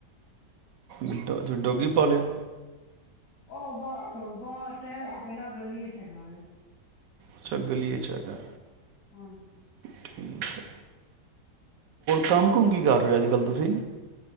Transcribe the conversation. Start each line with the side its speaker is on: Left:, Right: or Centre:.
Right: ਗਡੋ ਡੋਗੀ ਬੋਲ
Left: ਉਹ ਬੱਸ ਬਾਹਰ ਟਹਿਲ ਦੇ ਪਏ ਨਾ ਗਲੀ ਏਚ ਹੈਗਾ।
Right: ਅੱਛਾ, ਗਲੀ ਵਿਚ ਹੈਗਾ।
Left: ਹਾਂਜੀ
Right: ਠੀਕ ਹੈ ਕੰਮ
Left: ਹੋਰ
Right: ਕੁਮ ਕੀ ਕਰ ਰਹੇ ਹੋ ਅੱਜ ਕੱਲ੍ਹ ਤੁਸੀਂ।